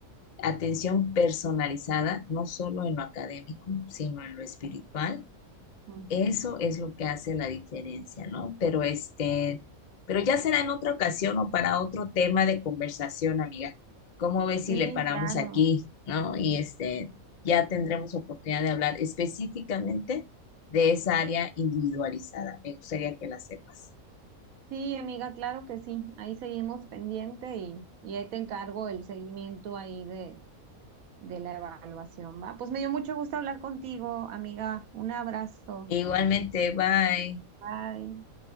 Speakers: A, on the left (about 75°); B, on the right (about 70°).
A: atención personalizada, no solo en lo académico, sino en lo espiritual.
B: Ujú.
A: Eso es lo que hace la diferencia, ¿no? Pero este, pero ya será en otra ocasión o para otro tema de conversación, amiga. ¿Cómo ves si
B: Sí,
A: le paramos
B: claro.
A: aquí, ¿no? Y este, ya tendremos oportunidad de hablar específicamente de esa área individualizada. Me gustaría que la sepas.
B: Sí, amiga, claro que sí. Ahí seguimos pendiente y, y ahí te encargo el seguimiento ahí de, de la evaluación, ¿va? Pues me dio mucho gusto hablar contigo, amiga. Un abrazo.
A: Igualmente, bye.
B: Bye.